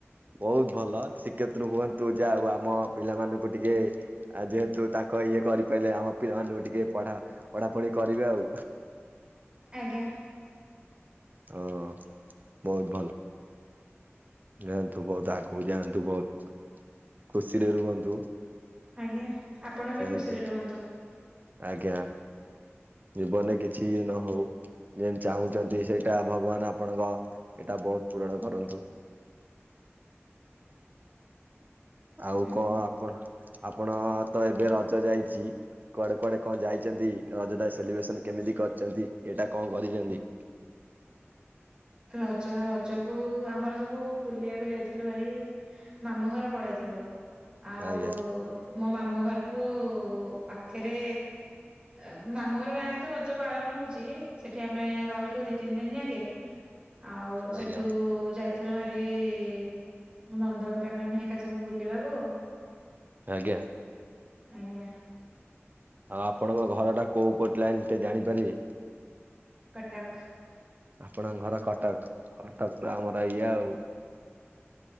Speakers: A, on the right; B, on the right.
A: ବହୁତ ଭଲ ଶ୍ରୀକ୍ଷେତ୍ର ହୁଅନ୍ତୁ ଯା ଆଉ ଆମ ପିଲାମାନଙ୍କୁ ଟିକେ ଆ ଯେହେତୁ ତାଙ୍କ ଇଏ କରିପାରିଲେ ଆମ ପିଲାମାନଙ୍କୁ ଟିକେ ପଢା ପଢା ପଢି କରିବେ ଆଉ
B: ଆଜ୍ଞା।
A: ହଁ ବହୁତ ନିଅନ୍ତୁ ବହୁତ ଆଗକୁ ଯାଆନ୍ତୁ, ବହୁତ ଖୁସିରେ ରୁହନ୍ତୁ।
B: ଆଜ୍ଞା ଆପଣ
A: ସେମିତି
B: ବି ଖୁସିରେ ରୁହନ୍ତୁ।
A: ଆଜ୍ଞା ଜୀବନରେ କିଛି ନ ହଉ। ଯେନ୍ ଚାହୁଁଛନ୍ତି ସେଇଟା ଭଗବାନ ଆପଣଙ୍କ ଏଇଟା ବହୁତ ପୂରଣ କରନ୍ତୁ। ଆଉ
B: ଆଜ୍ଞା।
A: କଣ ଆପଣ ଆପଣ ତ ଏବେ ରଜ ଯାଇଛି କୁଆଡେ କୁଆଡେ କଣ ଯାଇଛନ୍ତି ରଜଟା ସେଲିବ୍ରେସନ କେମିତି କରିଛନ୍ତି, ଏଇଟା କଣ କରିଛନ୍ତି?
B: ରଜ ରଜକୁ ଆମର ସବୁ ବୁଲିବାକୁ ଯାଇଥିଲୁ ଭାରି ମାମୁଁ ଘର ପଳେଇଥିଲୁ। ଆଉ-ଉ-ଉ-ଉ
A: ଆଜ୍ଞା
B: ମୋ ମାମଁ ଘରଠୁ-ଉ-ଉ ପାଖରେ ଅ ମାମୁ ଘର ଗାଁ ରେ ତ ରଜ ପାଳନ ହଉଛି ସେଠି ଆମେ ରହିଲୁ ଦି ତିନି ଦିନ ଯାକେ। ଆଉ ସେଠୁ-ଉ-ଉ-ଉ
A: ଆଜ୍ଞା
B: ଯାଇଥିଲୁ ଭାରି-ଇ-ଇ-ଇ ନନ୍ଦନକାନନ ହେରି ଆ ସବୁ ବୁଲିବାକୁ।
A: ଆଜ୍ଞା।
B: ଆଜ୍ଞା।
A: ଆଉ ଆପଣଙ୍କ ଘର ଟା କୋଉ ପଟ ଲାଇନ ଟିକେ ଜାଣିପାରିବି?
B: କଟକ।
A: ଆପଣଙ୍କ ଘର କଟକ କଟକ ତ ଆମର ଇଏ ଆଉ